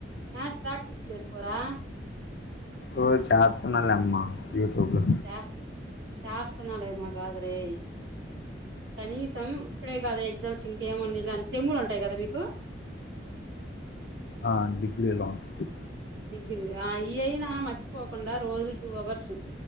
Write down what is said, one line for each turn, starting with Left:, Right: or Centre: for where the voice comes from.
Right: మ్యాచ్ ప్రాక్టీస్ చేసుకోరా
Left: ఓ చేతున్నాలేమ్మ యూట్యూబ్ లో
Right: శా శాసనాలయమ కాదురేయ్ కనీసం ఇప్పుడే కాదు ఎగ్జామ్స్ ఇంకేమనిళ్ళ సమ్ములు ఉంటాయి కదా మీకు
Left: ఆ డిగ్రీ లో ఉంటాయి
Right: డిగ్రీ ఆ ఇయయినా మర్చిపోకుండా రోజు టూ అవర్స్